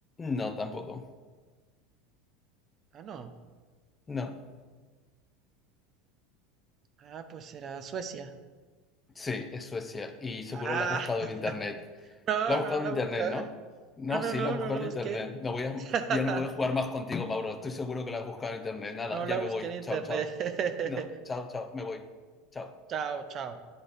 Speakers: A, on the left; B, on the right.
A: no tampoco.
B: Ah, no.
A: No.
B: Ah, pues será Suecia.
A: Sí, es Suecia. Y seguro
B: Ah,
A: lo has buscado
B: <laughs>
A: en internet.
B: no,
A: Lo has
B: no
A: buscado
B: la
A: en internet,
B: buscaba.
A: ¿no? No,
B: No, no,
A: sí,
B: no,
A: lo has buscado
B: no la busqué.
A: en internet. No voy a,
B: <laughs>
A: ya no voy a jugar más contigo, Mauro. Estoy seguro que lo has buscado en internet. Nada,
B: No
A: ya
B: la busqué
A: me voy.
B: en internet.
A: Chao, chao.
B: <laughs>
A: No, chao, chao. Me voy. Chao.
B: Chao, chao.